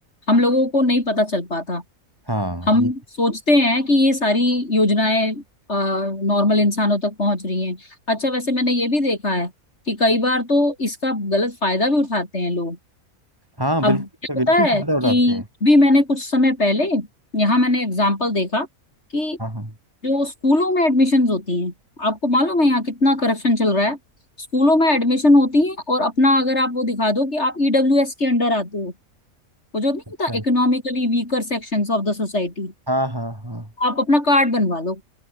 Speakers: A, on the left (about 50°); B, on the right (about 15°).
A: हम लोगों को नहीं पता चल पाता
B: हाँ
A: हम
B: ये
A: सोचते हैं कि ये सारी योजनाएं नॉर्मल इंसानों तक पहुंच रही हैं अच्छा वैसे मैंने ये भी देखा है कि कई बार तो इसका गलत फायदा भी उठाते हैं लोग
B: हाँ
A: अब
B: बिल्कुल
A: क्या
B: बिल्कुल
A: होता है
B: फायदा उठाते
A: कि
B: हैं
A: भी मैंने कुछ समय पहले यहाँ मैंने एग्जाम्पल देखा कि
B: हाँ हाँ
A: जो स्कूलों में एडमिशन्स होती हैं आपको मालूम है यहाँ कितना करप्शन चल रहा है स्कूलों में एडमिशन होती है और अपना अगर आप वो दिखा दो कि आप ईडब्ल्यूएस के अंडर आते हो वो जो नहीं
B: अच्छा
A: होता economically weaker sections of the society
B: हाँ हाँ हाँ
A: आप अपना कार्ड बनवा लो